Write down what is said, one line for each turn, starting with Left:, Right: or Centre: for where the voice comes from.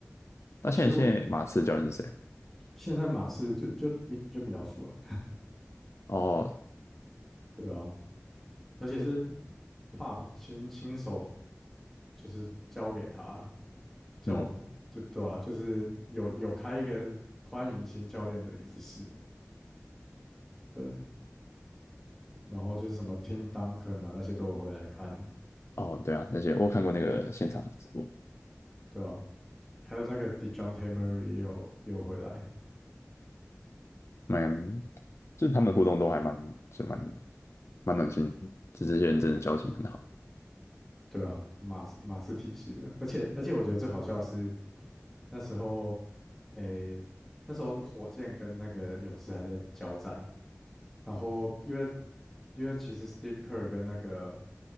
Left: 那现在现在马刺的教练是谁？
Centre: 其实我现在马刺就就米就米老鼠啊，
Left: 哦，
Centre: 对啊，而且是 Pop 亲亲手就是交给他，叫对对啊，
Left: 嗯，
Centre: 就是有有开一个欢迎新教练的仪式，对，然后就是什么 Tim Duncan 啊那些都有回来看，
Left: 哦，对啊，那些我有看过那个现场，播，
Centre: 对吧啊，还有那个 Dejounte Murray 也有也有回来，
Left: 蛮就是他们互动都还蛮就蛮蛮暖心的，就这些人真的交情很好。
Centre: 对啊，就马刺马刺体系的，而且而且我觉得最好笑的是那时候，诶、那时候是火箭跟那个勇士还在交战，然后因为因为其实 Steve Kerr 跟那个